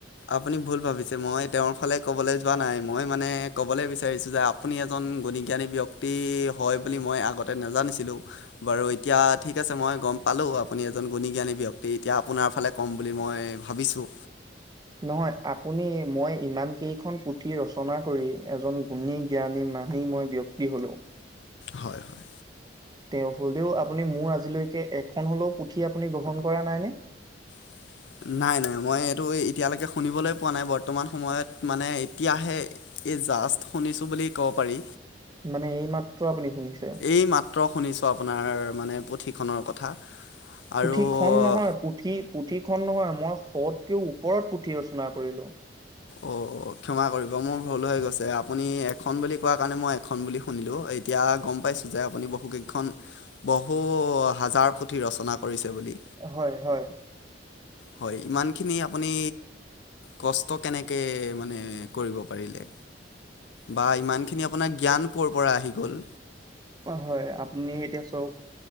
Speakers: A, on the left; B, on the right.
A: আপুনি ভুল ভাবিছে মই তেওঁৰ ফালে কবলৈ। যোৱা নাই। মই মানে ক'বলৈ বিচাৰিছো যে আপুনি এজন গুণজ্ঞানী ব্যক্তি হয় বুলি মই আগত। নাজানিছিলো বাৰু এতিয়া ঠিক আছে। মই গম পালো আপুনি এজন গুণ জ্ঞানী। ব এতিয়া আপোনাৰ ফালে কম বুলি মই ভাবিছো।
B: নহয় আপুনি মই ইমান কেইখন। ৰচনা কৰি এজন গুণী জ্ঞানী মানি মই ব্যক্তি হ'লো।
A: হয় হয়।
B: তে হলেও আপুনি মোৰ আজিলৈকে এখন হলেও পুথি আপুনি গ্ৰহণ কৰা নাইনে।
A: <inaudible> নাই নাই মই এইটো এতিয়ালৈকে শুনিবলৈ পোৱা নাই বৰ্তমান সময়ত মানে এতিয়াহে এই জাষ্ট শুনিছো বুলি ক'ব পাৰি।
B: মানে এইমাত্ৰ আপুনি শুনিছে
A: এই মাত্ৰ শুনিছো আপোনাৰ মানে। ঠিখনৰ কথা। আৰু
B: পুথি খন নহয়। পুথি পুথি খন নহয় মই। শতকেও ওপৰত পুথি ৰচনা কৰিলো।
A: অ' ক্ষমা কৰিব মোৰ ভুল হৈ গৈছে। আপুনি এখন বুলি কোৱা কাৰণে মই এখন বুলি শুনিলো। এতিয়া গম পাইছো যে আপুনি বহুক খন বহু হাজাৰ পুথি ৰচনা কৰিছে। বুলি
B: হয় হয়
A: হয় ইমানখিনি আপুনি, কষ্ট কেনেকে মানে, কৰিব পাৰিলে।
B: উ।
A: বা ইমানখিনি আপোনাৰ জ্ঞান কৰ পৰা আহি গ'ল।
B: অ' হয় আপুনি এতিয়া চওক।